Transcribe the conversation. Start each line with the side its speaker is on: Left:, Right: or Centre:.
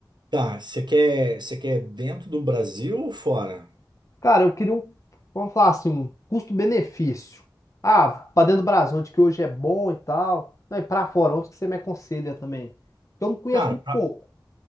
Right: Tá, você quer, você quer dentro do Brasil ou fora?
Left: Cara, eu queria um, vamos falar assim, um custo-benefício. Ah, pra dentro do Brasil, onde que hoje é bom e tal. Não, e pra fora, onde que você me aconselha também? Eu não conheço
Right: Cara,
Left: muito
Right: pra,
Left: pouco.